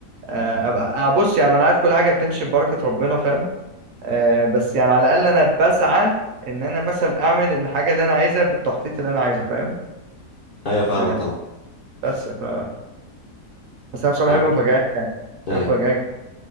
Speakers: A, on the right; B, on the left.
A: آه، ابقى آه، بص يعني انا عارف كل حاجه بتمشي ببركه ربنا فاهم آه، بس يعني على الاقل انا بسعى ان انا مثلا اعمل الحاجه اللي انا عايزها بالتخطيط اللي انا عايزه فاهم
B: ايوه فاهمك
A: آه،
B: طبعا
A: بس ف بس انا بصراحه
B: حلو
A: بحب المفاجآت يعني
B: ايوه
A: بحب المفاجآت